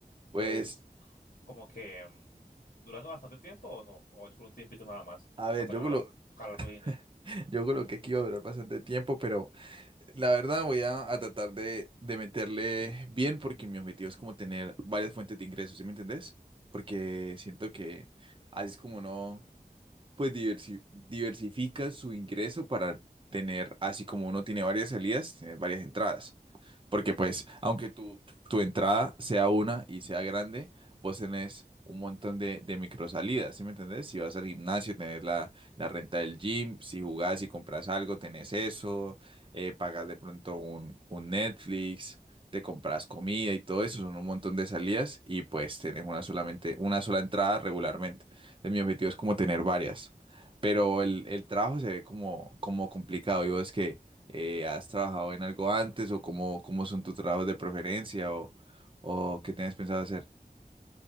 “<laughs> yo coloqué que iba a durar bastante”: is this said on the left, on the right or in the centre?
Right